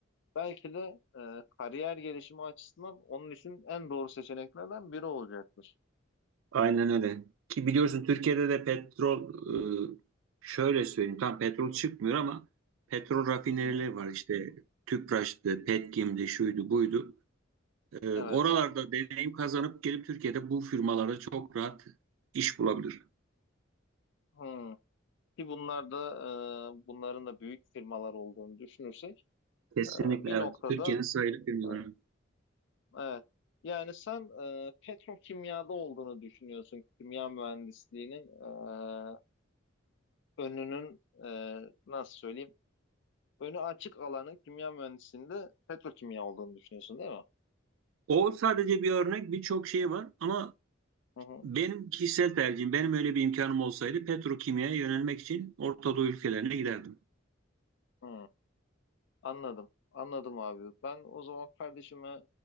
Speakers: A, on the left; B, on the right.
A: belki de e, kariyer gelişimi açısından onun için en doğru seçeneklerden biri olacaktır.
B: Aynen öyle. Ki biliyorsun Türkiye'de de petrol e, şöyle söyleyeyim tam petrol çıkmıyor ama petrol rafinerileri
A: Hı hı.
B: var işte Tüpraş'tı, Petkim'di, şuydu, buydu. E, oralarda
A: Evet.
B: deneyim kazanıp gelip Türkiye'de bu firmalara çok rahat iş bulabilir.
A: Hı. Ki bunlar da e, bunların da büyük firmalar olduğunu düşünürsek
B: Kesinlikle
A: e, bir
B: evet.
A: noktada
B: Türkiye'nin sayılı firmaları.
A: e, Evet. Yani sen e, petrokimyada olduğunu düşünüyorsun kimya mühendisliğinin e, önünün e, nasıl söyleyeyim önü açık alanın kimya mühendisliğinde petrokimya olduğunu düşünüyorsun değil mi?
B: O sadece bir örnek, birçok şey var ama
A: Hı hı.
B: benim kişisel tercihim, benim öyle bir imkanım olsaydı petrokimyaya yönelmek için Orta Doğu ülkelerine giderdim.
A: Hı. Anladım. Anladım abi. Ben o zaman kardeşime e,